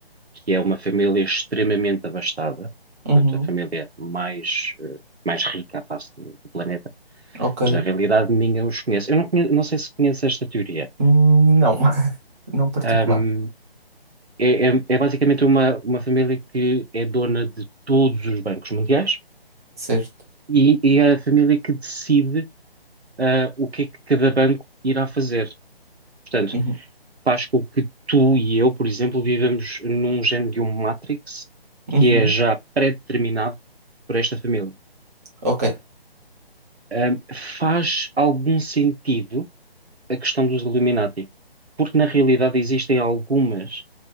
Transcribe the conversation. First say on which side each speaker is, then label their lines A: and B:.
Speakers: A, on the right; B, on the right.
A: que é uma família extremamente abastada,
B: Uhum.
A: portanto, a família mais, eh, mais rica à face do do planeta,
B: Ok.
A: mas na realidade ninguém os conhece. Eu não, conhe- não sei se conhece esta teoria.
B: Hum, Não. <laughs> Não particular.
A: Ahm, é, é- é basicamente uma, uma família que é dona de todos os bancos mundiais
B: Certo.
A: e, e é a família que decide, ah, o que é que cada banco irá fazer. Portanto,
B: Uhum.
A: faz com que tu e eu, por exemplo, vivamos num género de um Matrix que
B: Uhum.
A: é já pré-determinado por esta família.
B: Ok.
A: Ahm, faz algum sentido a questão dos Illuminati, porque na realidade existem algumas